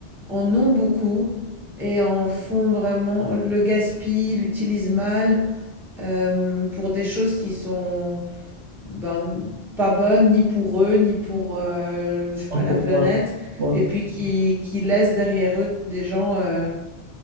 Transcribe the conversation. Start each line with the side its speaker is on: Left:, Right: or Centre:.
Centre: en ont beaucoup et en font vraiment le gaspillent, l'utilisent mal euh, pour des choses qui sont ben, pas bonnes ni pour eux, ni pour euh, je sais pas,
Right: en tout
Centre: la planète,
Right: cas, ouais.
Centre: et puis qui, qui laissent derrière eux des gens, euh,